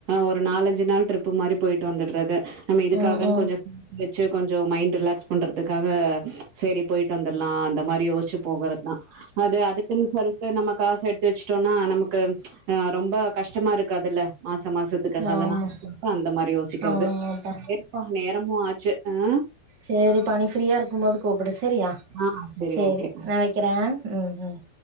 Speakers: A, on the right; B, on the right.
A: ஒரு நாலஞ்சு நாள் ட்ரிப்பு மாரி போயிட்டு வந்துடுறது நம்ம இதுக்காகன்
B: ம் ம்
A: கொஞ்ச த் ஞ்ச கொஞ்ச மைண்ட் ரிலாக்ஸ் பண்றதுக்காக செரி போய்ட் ட்டு வந்தர்லா அந்த மாரி யோஸ்ச்சு போகறத்தா அத அதுக்குன் சொல்டு நம்ம காசு எடுத்து வச்ட்டோனா நமக்கு அ ரொம்ப கஷ்டமா இருக்காதுல்ல மாஸ் மாசத்துக்கு அதனா
B: ஆமா
A: அந்த மாரி யோசிக்கிறது
B: ஆமாப்பா
A: எப்பா நேரமு ஆச்சு அ
B: சேரிப்பா நீ ஃப்ரீயா இருக்கும் போது கூப்டு ஸ் செரியா
A: ஆ சரி
B: சேரி
A: ஓகே.
B: நா வக்கறே உம் உம்